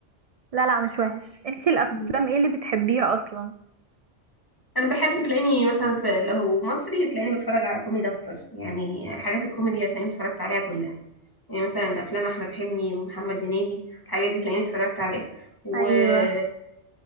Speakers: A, on the right (about 70°); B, on the left (about 20°).
A: لا لا مش وحش انتي الافلام
B: مم.
A: ايه اللي بتحبيها اصلا
B: انا بحب تلاقيني مثلا في لو هو مصري تلاقيني بتفرج على كوميدي اكتر يعني الحاجات الكوميدي هتلاقيني اتفرجت عليها كلها يعني مثلا افلام احمد حلمي ومحمد هنيدي الحاجات دي تلاقيني اتفرجت عليها وافلام
A: ايوه